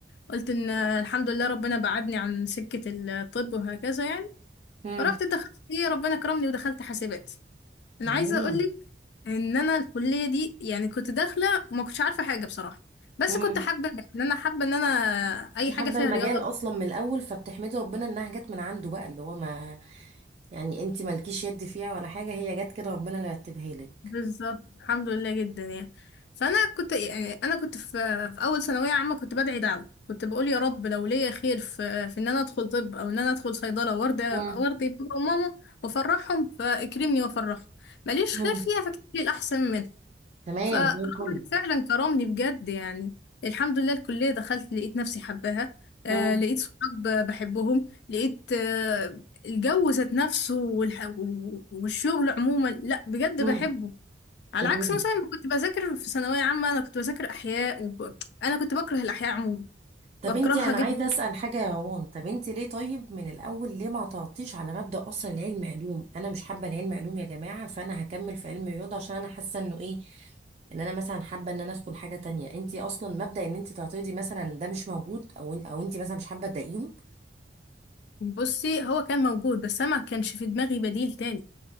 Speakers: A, on the left; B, on the right.
A: قلت ان الحمد لله ربنا بعدني عن سكة الطب وهكذا يعني
B: مم.
A: فرحت دخلت ايه ربنا كرمني ودخلت حاسبات
B: تمام
A: انا عايزة اقولك ان انا الكلية دي يعني كنت داخلة ما كنتش عارفة حاجة بصراحة بس
B: مم.
A: كنت حابة ان انا حابة ان انا اي
B: انت حابه
A: حاجة فيها
B: المجال
A: رياضة
B: اصلا من الاول فبتحمدي ربنا انها جت من عنده بقى اللي هو ما يعني انت مالكيش يد فيها ولا حاجه هي جت كده ربنا اللي رتبها لك
A: بالظبط الحمد لله جدا يعني فانا كنت يعني انا كنت في في اول ثانويه عامه كنت بدعي دعوه كنت بقول يا رب لو ليا خير في في ان انا ادخل طب او ان انا ادخل صيدله وارضى
B: مم.
A: وارضي بابا وماما وافرحهم فاكرمني وافرحهم ماليش
B: مم.
A: خير فيها فاكتب لي الاحسن منها
B: تمام
A: فربنا
B: زي الفل
A: فعلا كرمني بجد يعني الحمد لله الكليه دخلت لقيت نفسي حباها آه
B: مم.
A: لقيت صحاب بحبهم لقيت آه الجو ذات نفسه والح- والشغل عموما لا بجد
B: مم.
A: بحبه على
B: تمام
A: عكس مثلا ما كنت بذاكر في ثانوية عامة أنا كنت بذاكر أحياء وب... أنا كنت بكره الأحياء عموما
B: طب
A: بكرهها
B: انتي انا
A: جدا
B: عايزه اسال حاجه يا روان طب انتي ليه طيب من الاول ليه ما تعطيش على مبدا اصلا العلم علوم انا مش حابه العلم علوم يا جماعه فانا هكمل في علم الرياضه عشان انا حاسه انه ايه ان انا مثلا حابه ان انا ادخل حاجه تانية انتي اصلا مبدا ان انتي تعترضي مثلا ده مش موجود او او انتي مثلا مش حابه تضايقيهم
A: بصي هو كان موجود بس أنا ما كانش في دماغي بديل تاني